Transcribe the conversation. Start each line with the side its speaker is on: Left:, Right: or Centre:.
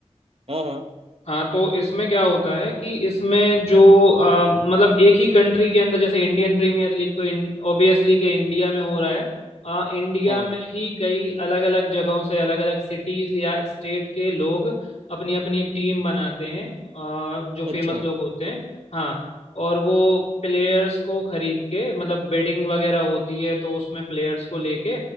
Right: हाँ हाँ
Left: हाँ तो इसमें क्या होता है कि इसमें जो अ, मतलब एक ही कंट्री के अंदर जैसे इंडियन प्रीमियर लीग तो ऑब्वियसली के इंडिया में हो रहा है अ, इंडिया
Right: हाँ
Left: में ही कई अलग अलग जगहों से अलग अलग सिटीज या स्टेट के लोग अपनी अपनी टीम बनाते हैं अ, जो फेमस
Right: अच्छा
Left: लोग होते हैं हाँ और वो प्लेयर्स को खरीद के मतलब बेडिंग वगैरह होती है तो उसमें प्लेयर्स को लेके